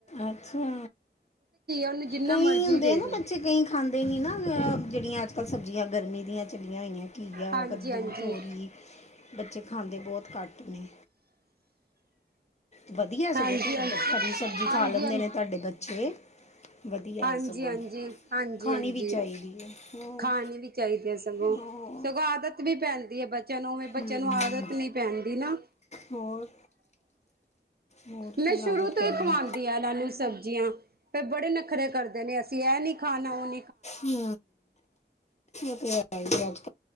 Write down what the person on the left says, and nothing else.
ਅੱਛਾ,
ਕਈ
ਹੁੰਦੇ
ਆ ਨਾ
ਬੱਚੇ ਕਈ ਖਾਂਦੇ ਨੀ ਨਾ ਅ ਜੇਹੜੀਆ ਅੱਜ ਕੱਲ ਸਬਜ਼ੀਆਂ ਗਰਮੀ ਛਲੀਆ ਹੇਗੀਆ ਘੀਆ,
ਕੱਦੂ,
ਤੋਰੀ, ਬੱਚੇ ਖਾਂਦੇ ਬੋਤ ਘੱਟ ਨੇ। ਵਧੀਆ ਏ ਸਗੋਂ
<unintelligible>
ਸਬਜ਼ੀ
ਕਿੰਨੇ ਨੇ ਤੁਹਾਡੇ ਬੱਚੇ? ਵਧੀਆ
ਹੈ ਸਗੋਂ
ਖਾਣੀ
ਵੀ ਚਾਹੀਦੀ ਹੈ ਹੋਰ
ਹੋਰ
ਹਮ,
ਹੋਰ ਹੋਰ
ਕੀ
ਆਦਤ
ਪੇਂਦੀ।
ਹੁੰ। ਉਹ ਤੇ ਹੈ ਈ ਏ।